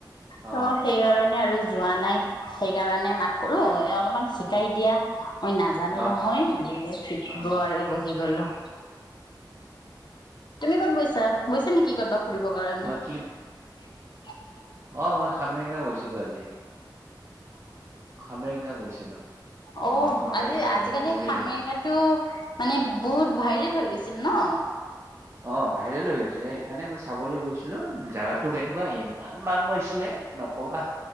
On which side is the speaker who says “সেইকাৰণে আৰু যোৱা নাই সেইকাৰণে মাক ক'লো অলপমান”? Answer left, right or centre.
Left